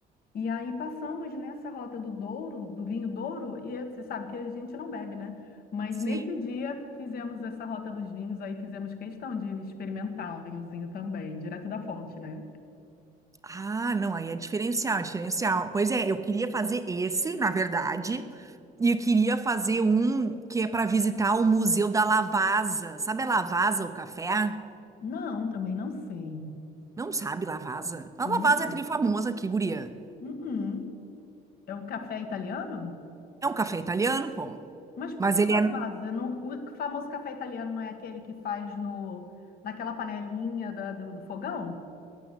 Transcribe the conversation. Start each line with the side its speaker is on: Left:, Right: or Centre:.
Left: E aí passamos nessa rota do Douro, do vinho Douro, e é, você sabe que a gente não bebe, né? Mas
Right: sim.
Left: nesse dia fizemos essa rota dos vinhos, aí fizemos questão de experimentar um vinhozinho também, direto da fonte, né?
Right: Ah, não, aí é diferencial, é diferencial. Pois é, eu queria fazer esse, na verdade, e eu queria fazer um que é para visitar o Museu da Lavasa. Sabe a Lavazza, o café?
Left: Não, também não sei.
Right: Não sabe Lavazza. A
Left: Não.
Right: Lavazza é trifamosa aqui, guria.
Left: Uhum. É o café italiano?
Right: É um café italiano, pô.
Left: Mas por
Right: Mas
Left: que
Right: ele
Left: na
Right: é.
Left: Não- o famoso café italiano não é aquele que faz no, naquela panelinha da- do do fogão?